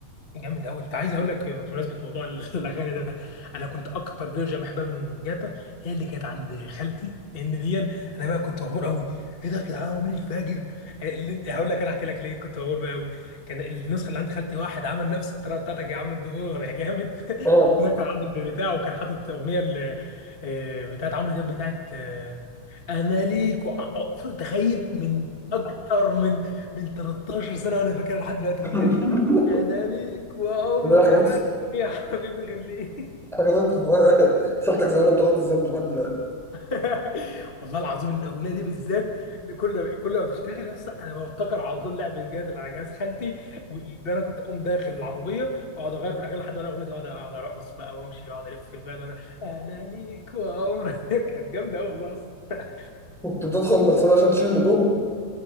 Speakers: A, on the left (about 30°); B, in the centre.
A: جامد قوي انت عايز اقول لك بمناسبه موضوع ال- <laughs> الاغاني ده انا كنت اكتر فيرجن بحبها من جاتا هي اللي كانت عند خالتي لان دي انا بقى كنت مبهور قوي ايه ده يا جدعان هو مين الفاجر آه، اللي- هقول لك انا احكي لك ليه كنت مبهور بقى قوي كان النسخه اللي عند خالتي واحد عمل نفس الطريقه بتاعتك يا عم الدكتور يا جامد
B: اه
A: <laughs> ودخل عند البيت بتاعه وكان حاطط اغنيه ال- آه، بتاعت عمرو دياب بتاعت آه، انا ليك وع- ع- تخيل من اكتر من من 13 سنه وانا فاكرها لحد دلوقتي
B: <laughs>
A: الاغنيه انا ليك وعمري
B: ده حاجات
A: ما أكتب يا حبيبي غير ليك
B: حاجات <laughs> خالتك زمان بتاخد الذنب لحد دلوقتي
A: <laughs> والله العظيم الاغنيه دي بالذات كل كل ما تشتغل يا اسطى انا بفتكر على طول لعبه جات اللي على جهاز خالتي واللي انا كنت اقوم داخل العربيه واقعد اغير في الاغاني لحد ما الاغنيه دي اقعد اقعد ارقص بقى وامشي واقعد الف في البلد وانا انا ليك وعمري <laughs> كانت جامده قوي والله يا اسطى. <laughs>
B: كنت بتدخل المغسله عشان تشيل النجوم